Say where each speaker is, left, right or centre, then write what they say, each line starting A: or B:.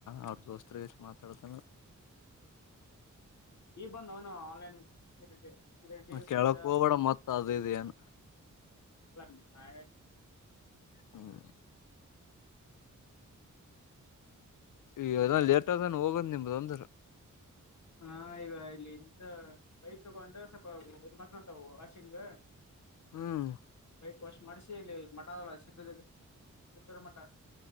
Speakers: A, on the left (about 75°); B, on the left (about 60°).
A: ಅವ್ರ ದೋಸ್ತ್ರಗಷ್ಟ ಮಾತಾಡ್ತಾನ.
B: ಈ ಬಂದ್ ಅವನು ಆನ್ಲೈನ್ ಕಿರಟ ಕಿರಟ
A: ಕೇಳಕ್
B: ಪ್ರಷ
A: ಹೋಗ್ಬೇಡ ಮತ್ ಅದ ಇದ ಏನು
B: ಎಲ್ಲ ಆಯ
A: ಹ್ಮ ಈ ಅಲ್ಲ ಲೇಟ್ ಆದಾನ ಹೋಗದ್ ನಿಮ್ದ ಒಂದ್ರ
B: ಹಾ ಈಗ ಇಲ್ಲಿ ಬೈಟ್ ತಗೊಂಡ್ರೆ ಸ್ವಲ್ಪ್ ಮಾತನಾತವು ಆಶಿಂಗ
A: ಹ್ಮ್
B: ಐ ವರ್ಷ ಮಾಡ್ಿಸಿಿ ಇಲ್ಲಿ ಮಠಲ್ಲ ಸಿದ್ಧದಲ್ಲಿ ತರ ಮಠ